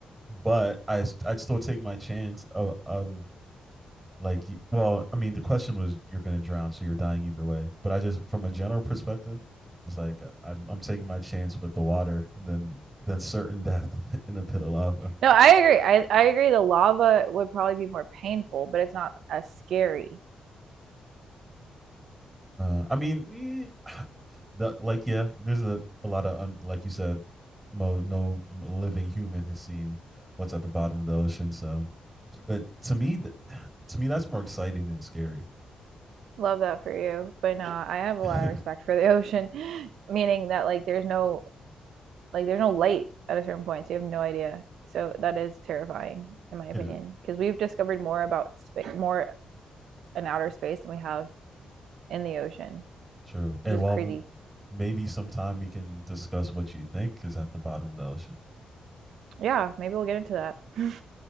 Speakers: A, on the right (about 15°); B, on the right (about 75°).
A: but I, i s- I'd still take my chance of of like well I mean the question was you're gonna drown so you're dying either way but I just from a general perspective it's like uh, I'm, I'm taking my chance with the water than than certain <laughs> death in a pit of lava
B: No, I agree. I I agree the lava would probably be more painful, but it's not as scary.
A: uh, I mean eh, <sighs> the, like yeah there's a, a lot of un, like you said mo, no living human has seen what's at the bottom of the ocean so but to me to me that's more exciting than scary
B: Love that for you. But nah, I have
A: <laughs>
B: a
A: it
B: lot of respect for the ocean, <laughs> meaning that like there's no like there's no light at a certain point, so you have no idea. So that is terrifying in my opinion
A: is
B: because we've
A: yeah
B: discovered more about spa- more an outer space than we have in the ocean,
A: True. And
B: which is
A: well,
B: crazy.
A: m- maybe sometime we can discuss what you think is at the bottom of the ocean.
B: Yeah, maybe we'll get into that. <laughs>